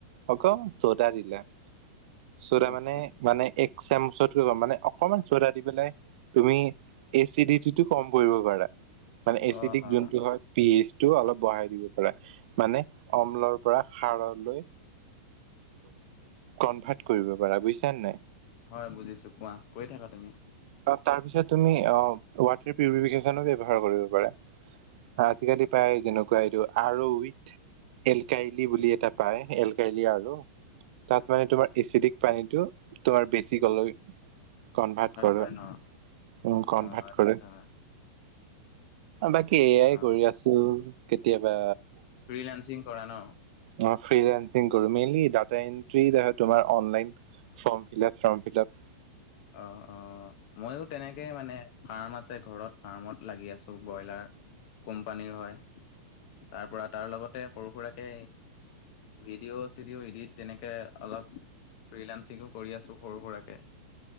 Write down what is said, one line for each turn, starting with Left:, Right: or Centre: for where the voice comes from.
Right: অ'ক ছ'ডা দিলা- ছ'ডা
Left: অকে
Right: মানে মানে এক- চামুচতকৈ কম মানে অকমান ছ'ডা দি পেলাই তুমি এচিডিটিটো কম পৰিব পাৰা। মানে এচিডিক
Left: অ অ
Right: যোনটো হয় পি এইচ টো অলপ বঢ়াই দিব পাৰা, মানে অমলৰ পৰা সাৰলৈ কনভাৰ্ট কৰিব পাৰা বুজিছা নাই?
Left: হয় বুজিছোঁ কোৱা কৈ থাকা তুমি
Right: তাৰ পিছত তুমি অ', <unintelligible> পিউৰিফিকেশ্যনো ব্যৱহাৰ কৰিব পাৰা। আজিকালি প্ৰায় যেনেকুৱা এইটো আৰু উইথ এল কাইলি বুলি এটা পাৰে এল কাইলি আৰু
Left: হয়
Right: তাত
Left: হয়
Right: মানে তোমাৰ এচিডিক পানীটো তোমাৰ বেছি গল কনভাৰ্ট কৰো
Left: কৰে
Right: উম,
Left: ন
Right: কনভাৰ্ট
Left: অ আচ্ছা
Right: কৰে। বাকী এয়াই
Left: অ
Right: কৰি আছোঁ কেতিয়াবা
Left: ফ্ৰিলানসিং কৰা ন?
Right: অ', ফ্ৰিলান্সিং কৰোঁ, মেইনলি ডাটা এণ্ট্ৰি থাকে তোমাৰ online form fill up form fill up
Left: অ', অ', ময়ো তেনেকে মানে ফাৰ্ম আছে ঘৰত ফাৰ্মত লাগি আছোঁ ব্ৰইলাৰ কোম্পানীৰ হয় তাৰ পৰা তাৰ লগতে সৰু সুৰাকে ভিডিঅ' চিডিঅ ইডিট তেনেকে অলপ ফ্ৰিলান্সিং ও কৰি আছোঁ সৰু সুৰাৰাকে।